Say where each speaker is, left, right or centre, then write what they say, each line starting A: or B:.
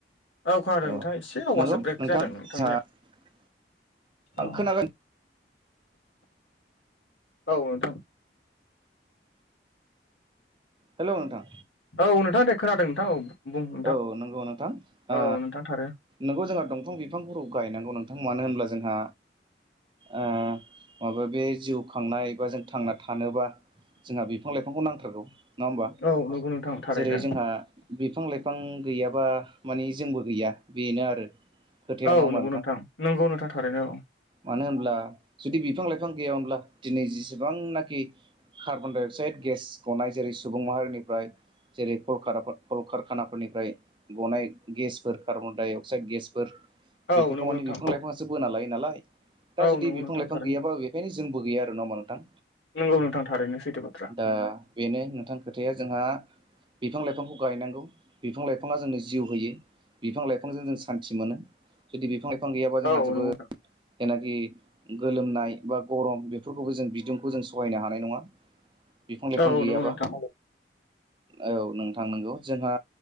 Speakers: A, on the left; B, on the right.
A: खोनादों
B: औ
A: नोंथां एसे आवासा
B: नोंगौ
A: ब्रेक
B: नोंथां
A: जादों नोंथांनिया
B: जोंहा
A: औ
B: खोनागोन
A: औ नोंथां
B: हेलौ नोंथां
A: औ नोंथांदे खोनादों नोंथां औ बुं नोंथां
B: औ नंगौ नोंथां आ
A: औ नोंथां थारो
B: नोंगौ जोंहा दंफां बिफांफोराव गायनांगौ नोंथां मानो होनब्ला जोंहा ओ माबा बे जिउ खांनाय एबा जों थांना थानोबा जोंहा बिफां लाइफांखौ नांथारगौ नङा होमबा
A: औ नंगौ नोंथां थारैनो
B: जेरै जोंहा बिफां लाइफां गैयाबा मानि जोंबो गैया बेनो आरो खोथाया
A: औ
B: नङा होमबा
A: नोंगौ नोंथां नोंगौ नोंथा थारैनो औ
B: मानो होनब्ला जुदि बिफां लाइफां गैयामोनब्ला दिनै जेसेबांनाखि कार्बन डाइ अक्साइद गेस गनाय जेरै सुबुं माहारिनिफ्राय जेरै खलखार खल खार खाना फोरनिफ्राय गनाय गेसफोर कार्बन डाइ अक्साइड गेसफोर
A: औ
B: बेफोरखौ
A: नंगौ
B: माने
A: नोंथां
B: बिफां लाइफांआसो बोना लायो नालाय दा
A: औ
B: जुदि
A: नंगौ
B: बिफां
A: नोंथां
B: लाइफां
A: थारैनो
B: गैयाबा बेखायनो जोंबो गैया आरो नङा होनबा नोंथां?
A: नंगौ नोंथां थारैनो सैथो बाथ्रा
B: ओ बेनो नोंथां खोथाया जोंहा बिफां लाइफांखौ गायनांगौ बिफां लाइफाङा जोंनो जिउ होयो बिफां लाइफांजों जों सान्थि मोनो जुदि बिफां लाइफां गैयाबा जोंहा
A: औ
B: जोबोद
A: नंगौ
B: जेनाखि गोलोमनाय बा गरम बेफोरखौबो जों बिदुंखौ जों सहायनो हानाय नङा। बिफां लाइफां
A: औ
B: गैयाबा
A: नंगौ नोंथां
B: औ नोंथां नंगौ जोंहा